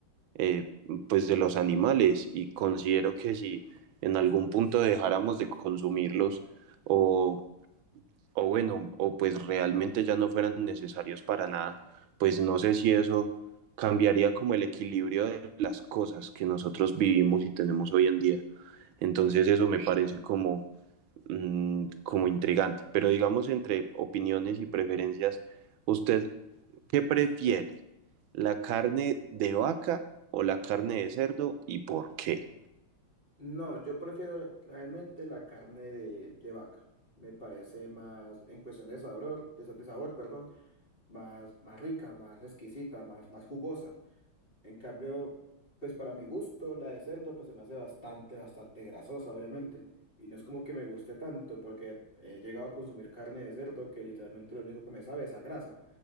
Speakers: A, on the right (about 75°); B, on the left (about 25°).
A: eh, pues de los animales. Y considero que si en algún punto dejáramos de consumirlos o, o bueno, o pues realmente ya no fueran necesarios para nada, pues no sé si eso cambiaría como el equilibrio de las cosas que nosotros vivimos y tenemos hoy en día.
B: Ok.
A: Entonces eso me parece como mm, como intrigante. Pero digamos, entre opiniones y preferencias, ¿usted qué prefiere? ¿La carne de vaca o la carne de cerdo y por qué?
B: No, yo prefiero realmente la carne de, de vaca. Me parece más, en cuestión de sabor, de, sa- de sabor, perdón, más, más rica, más exquisita, más, más jugosa. En cambio, pues para mi gusto, la de cerdo pues se me hace bastante, bastante grasosa, obviamente. Y no es como que me guste tanto, porque he llegado a consumir carne de cerdo que literalmente lo único que me sabe es a grasa.